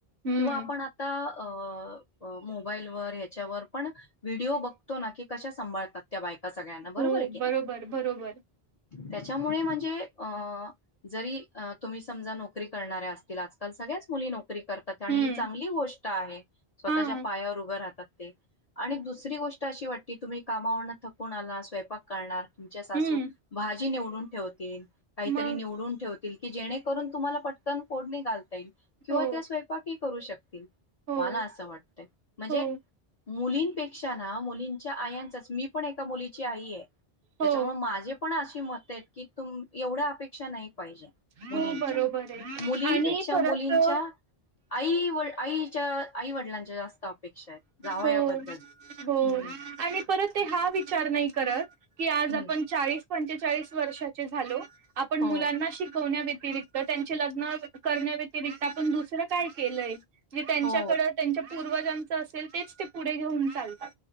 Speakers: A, on the right; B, on the left.
A: हम्म.
B: किंवा आपण आता. अ अ. मोबाईल व ह्याच्यावर पण व्हिडिओ बघतो ना की कशा सांभातात त्या बाईला. ह सगळ्यांना बरोबर
A: हो
B: आहे की
A: बरोबर,
B: नाही.
A: बरोबर
B: त्याच्यामुळे म्हणजे अ जरी तुम्ही समजा नोकरी करणाऱ्या असतील आजकाल सगळे. सगळ्याच मुली नोकरी करतात
A: हम्म.
B: ह चांगली गोष्ट आहे स्वतःच्या.
A: हां
B: पायावर उभ राहतात ते आणी दुसरी गोष्ट अशी वाटतेय तुम्ही कामा थकून आला स्वयक करणार. तुमच्या सासू
A: हम्म.
B: भाजी निवडून ठेवतील काहीतरी
A: मग
B: निवडून ठेव. की जेणेकरून तुम्हाला पटकन फोडणी घालता येईल किंवा
A: हो,
B: त्या स्वयंपाक हि करू शकतील.
A: हो,
B: मला असं वाटतंय म्हणजे.
A: हो,
B: मुलींपेक्षा ना मुलींच्या आयांचाच मी पण एका मुलीची आई आहे. त्याच्यामुळे
A: हो,
B: माझे पण अशी मतं आहेत की तुम एवढ्या अपेक्षा नाही पाहिजे.
A: हो
B: मुलींच्या
A: बरोबर आहे
B: मुलींपेक्षा
A: आणि परत
B: मुलींच्या.
A: अ,
B: आई व आईच्या आई वडिलांच्या जास्त. अपेक्षा आहेत जावया
A: हो.
B: बद्दल
A: हो
B: हम्.
A: आणि परत ते हा विचार नाही करत की आज
B: हम्म
A: आपण चाळीस पंचेचाळीस वर्षाचे झालो. आपण
B: हो
A: मुलांना शिक. व्यतिरत त्यांची लग्न करण्या व्यतिरिक्त आपण दुसरं काय केलंय. जे त्यांच्याकड
B: हो
A: त्यांच्या पूर्वजांचं असेल तेच ते पुढे घेऊन चालतात.